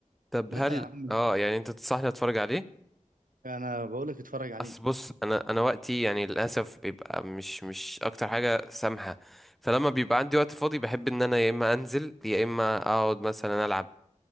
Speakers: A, in the centre; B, on the right.
A: طب
B: لا
A: هل
B: يا عم
A: اه يعني انت تنصحني اتفرج عليه
B: أنا بقول لك اتفرج عليه
A: اصل بص انا انا وقتي يعني للاسف بيبقى مش مش اكتر حاجه سامحه فلما بيبقى عندي وقت فاضي بحب ان انا يا اما انزل يا اما اقعد مثلا العب